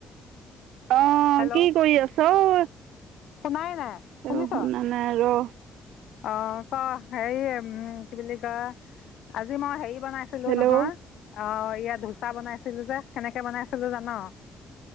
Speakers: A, on the right; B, on the left.
A: অ'
B: হেল্ল'
A: কি কৰি আছ ছও
B: শুনাই নাই শুনিছ
A: আৰু শুনা নাই ৰ'।
B: অ, ক, হেৰি উম। কি বুলি কয় আজি মই হেৰি বনাইছিলো
A: হেল্ল'
B: নহয়, অ' এয়া ধোচা বনাইছিলো যে, কেনেকে বনাইছিলো জানো?